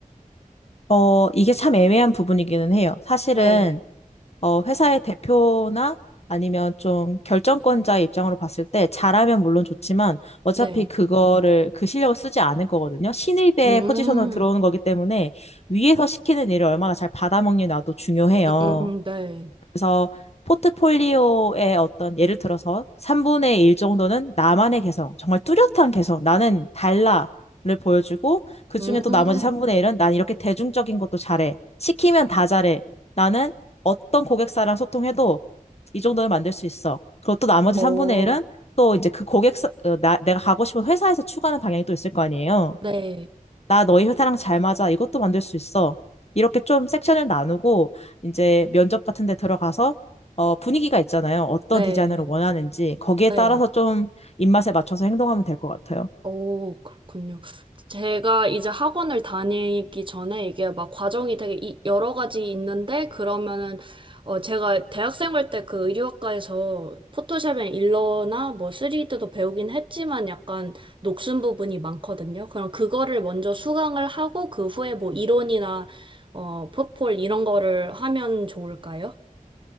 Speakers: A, on the left; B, on the right.
A: 어, 이게 참 애매한 부분이기는 해요. 사실은
B: 네.
A: 어, 회사의 대표나 아니면 좀 결정권자의 입장으로 봤을 때 잘하면 물론 좋지만 어차피
B: 네.
A: 그거를 그 실력을 쓰지 않을 거거든요. 신입의
B: 음,
A: 포지션으로 들어오는
B: 음,
A: 거기 때문에 위에서 시키는 일을 얼마나 잘 받아먹느냐도 중요해요.
B: 음, 음, 네.
A: 그래서 포트폴리오의 어떤 예를 들어서 3분의 1 정도는 나만의 개성, 정말 뚜렷한 개성, 나는 달라를 보여주고 그중에
B: 음,
A: 또 나머지 3분의 1은 난 이렇게 대중적인 것도 잘해. 시키면 다 잘해. 나는 어떤 고객사랑 소통해도 이 정도는 만들 수 있어. 그리고 또 나머지
B: 어,
A: 3분의 1은 또 이제 그 고객사, 어, 나, 내가 가고 싶은 회사에서 추구하는 방향이 또 있을 거 아니에요.
B: 네,
A: 나 너희 회사랑 잘 맞아. 이것도 만들 수 있어. 이렇게 좀 섹션을 나누고 이제 면접 같은 데 들어가서 어, 분위기가 있잖아요. 어떤
B: 네,
A: 디자인을 원하는지 거기에
B: 네.
A: 따라서 좀 입맛에 맞춰서 행동하면 될 것 같아요.
B: 오, 그렇군요. 제가 이제 학원을 다니기 전에 이게 막 과정이 되게 이- 여러 가지 있는데, 그러면은, 어, 제가 대학생 할 때 그 의류학과에서 포토샵이나 일러나 뭐 3D도 배우긴 했지만 약간 녹슨 부분이 많거든요. 그럼 그거를 먼저 수강을 하고, 그 후에 뭐 이론이나, 어, 포폴 이런 거를 하면 좋을까요?